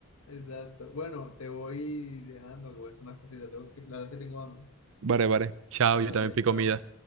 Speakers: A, on the left (about 70°); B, on the right (about 60°).
A: Exacto. Bueno, te voy dejando, que voy a hacer unas cositas. Tengo- La verdad es que tengo hambre.
B: Vale, vale. Chao,
A: Dale,
B: yo también pico
A: chao.
B: comida.